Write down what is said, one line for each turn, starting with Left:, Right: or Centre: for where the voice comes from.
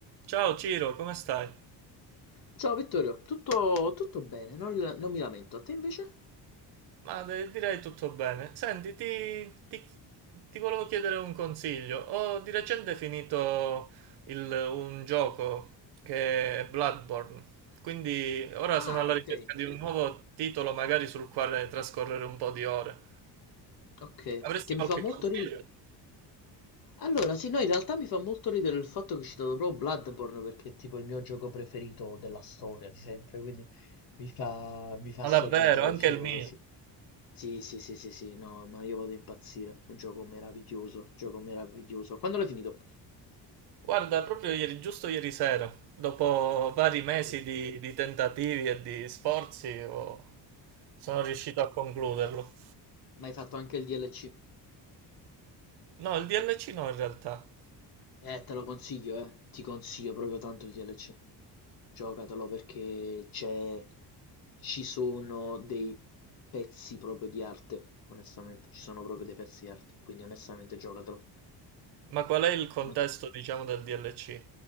Right: Ciao Ciro, come stai?
Left: Ciao Vittorio, tutto, tutto bene, non, non mi lamento. Te invece?
Right: Ma de- direi tutto bene. Senti, ti, ti- ti volevo chiedere un consiglio. Ho di recente finito il- un gioco che è Bloodborne, quindi ora
Left: Ah,
Right: sono alla
Left: ok,
Right: ricerca di un nuovo titolo magari sul quale trascorrere un po' di ore.
Left: ok,
Right: Avresti
Left: che mi
Right: qualche
Left: fa molto
Right: consiglio?
Left: ridere. Allora, sì, no, in realtà mi fa molto ridere il fatto che è citato proprio Bloodborne perché è tipo il mio gioco preferito della storia di sempre, quindi mi fa, mi fa
Right: Ma
Left: sorridere,
Right: davvero, anche
Left: diciamo
Right: il mio.
Left: così. Sì, sì, sì, sì, sì, no, ma io vado a impazzire. Un gioco meraviglioso, gioco meraviglioso. Quando l'hai finito?
Right: Guarda, proprio ieri, giusto ieri sera, dopo vari
Left: Ah,
Right: mesi
Left: ok.
Right: di, di tentativi e di sforzi, ho- sono riuscito a concluderlo.
Left: Ma hai fatto anche il DLC?
Right: No, il DLC no in realtà.
Left: Eh, te lo consiglio, eh. Ti consiglio proprio tanto il DLC. Giocatelo perché c'è... ci sono dei pezzi proprio di arte, onestamente. Ci sono proprio dei pezzi di arte, quindi onestamente giocatelo.
Right: Ma qual è il contesto,
Left: Non-
Right: diciamo, del DLC?